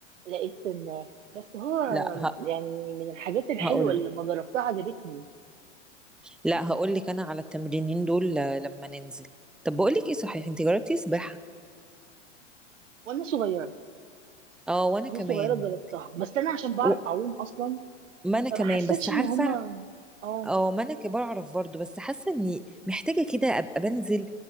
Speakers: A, on the right; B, in the centre.
A: لقيت ان بس هو
B: لا ه...
A: يعني من الحاجات الحلوه
B: هقول
A: اللي
B: لك
A: لما جربتها عجبتني
B: لا هقول لك انا على التمرينين دول آه، لما ننزل طب بقول لك ايه صحيح انت جربتي سباحة
A: وانا صغيره
B: اه وانا
A: وانا
B: كمان
A: صغيره جربتها بس انا عشان بعرف
B: و...
A: اعوم اصلا
B: ما انا
A: فما
B: كمان
A: حسيتش
B: بس
A: ان
B: عارفة
A: هما اه
B: اه ما انا ك- بعرف برضه بس حاسة اني محتاجة كده ابقى بنزل